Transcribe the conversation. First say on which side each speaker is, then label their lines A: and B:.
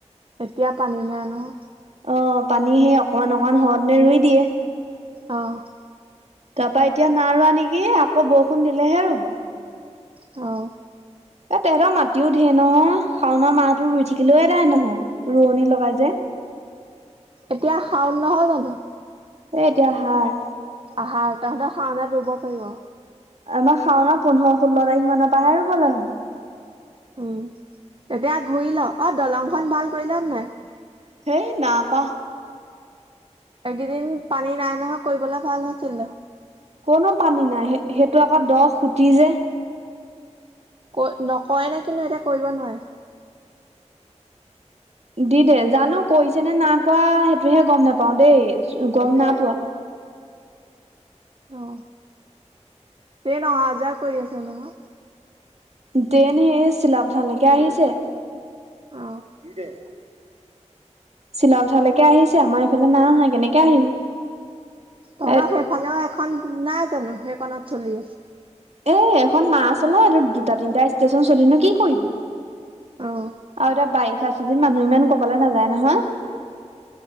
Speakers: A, on the right (about 45°); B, on the right (about 65°).
A: এতিয়া পানী নাই নহয়।
B: অ পানী সেই অকমান অকমান সৰদ ৰুই দিয়ে
A: আহ
B: তাৰপা এতিয়া ন ৰোৱা নেকি আকৌ বৰষুণ দিলেহে ৰৰুব
A: অ
B: এ তহেঁতৰ মাটিও ঢেৰ নহ শাওনা মাহো ৰুই থাকিলেও এদাই নহয় ৰোৱনী লগাই যে-
A: এতিয়া শাওণ নহয় জানো-
B: এ এতিয়া আহাৰ
A: আহাৰ তহঁতৰ শাওনাত ৰুব পাৰিব।
B: আমাৰ শাওনা পোন্ধৰ ষোল্ল তাৰিখ মানৰ পৰাহে ৰুবলে হ'ব-
A: উম তেতিয়া ঘূৰি ল অ দলংখন ভাল কৰিল নাই।
B: হেই ন কোৱা।
A: এইকেইদিন পানী নাই নহয় কৰিবলে ভাল হৈছিলে।
B: কনো পানী নাই সেইটো আকৌ দ সুটি যে-
A: ক নকয় নে কিন্তু এয়া কৰিব নোৱাৰে।
B: দি দে জানো কৰিছে নে না কোৱা সেইটোহে গম নাপাও দেই গম নাপোৱা।
A: অ এই নহাজাৰ কৰি আছে নহয়।
B: দেন সেই চিলাপথালৈকে আহিছে
A: অ
B: দে চিলা পথালৈকে আহিছে আমাৰ এইফালে না আহা কেনেকে আহিব।
A: তঁৰক
B: এ
A: সেইফালেও এখন নাই জানো সেইখনত চলি আছে।
B: এ এখন না চলা এই দুটা তিনিটা ষ্টেশচন চল নো কি কৰিব-
A: অ
B: আৰু এতিয়া বাৰিষা চিদিন মানুহ ইমান কবলৈ নাযায় নহয়।